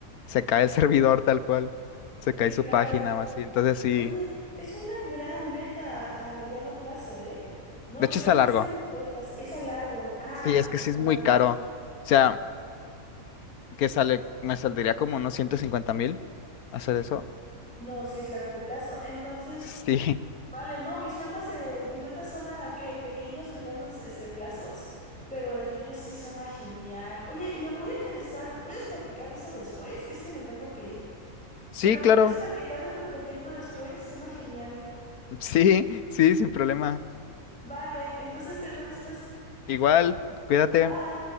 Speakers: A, on the left; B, in the centre.
A: se cae el <laughs> servidor tal cual, se cae
B: Sí,
A: su
B: claro.
A: página o así. Entonces sí,
B: Oye, es una gran meta a mediano plazo, ¿eh? No,
A: de
B: pues
A: hecho
B: yo
A: está
B: nomás
A: largo.
B: tengo cortas, es a largo. Ah,
A: Sí, es que
B: te
A: sí
B: va a
A: es
B: durar
A: muy
B: mucho.
A: caro. O sea, que sale, me saldría como unos ciento cincuenta mil hacer eso.
B: No, sí es largo plazo. Entonces,
A: Sí,
B: Vale, no, mis metas de, mis metas son a qué, pequeños, medianos, este, plazos, pero el tuyo sí suena genial. Oye, lo voy a interesar, ¿me puedes platicar eso después? Es que me tengo que ir,
A: <laughs> sí,
B: pero
A: claro.
B: ¿me puedes platicar de tu proyecto después? Suena genial.
A: Sí, sí, sin problema.
B: Vale, entonces te veo después.
A: Igual, cuídate.
B: Bye.